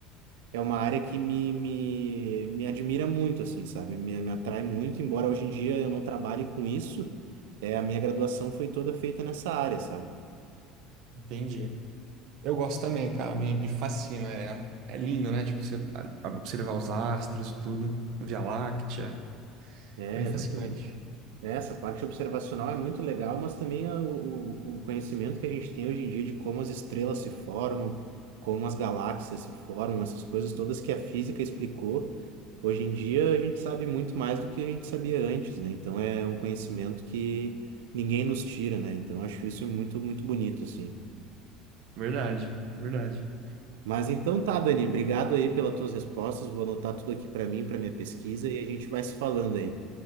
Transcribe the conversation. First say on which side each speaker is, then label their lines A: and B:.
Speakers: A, on the right; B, on the right.
A: é uma área que me, me, me admira muito, assim, sabe? Me, me atrai muito, embora hoje em dia eu não trabalhe com isso, é, a minha graduação foi toda feita nessa área, sabe?
B: Entendi. Eu gosto também, cara, me, me fascina. É, é lindo, né? Tipo, você a- observar os astros e tudo, Via Láctea.
A: É,
B: Bem fascinante.
A: exatamente. É, Essa parte observacional é muito legal, mas também a- o, o- o conhecimento que a gente tem hoje em dia de como as estrelas se formam, como as galáxias se formam, essas coisas todas que a física explicou, hoje em dia a gente sabe muito mais do que a gente sabia antes, né? Então é um conhecimento que ninguém nos tira, né? Então acho isso muito, muito bonito, assim.
B: Verdade, verdade.
A: Mas então tá, Dani, obrigado aí pelas tuas respostas, vou anotar tudo aqui para mim, para minha pesquisa e a gente vai se falando aí.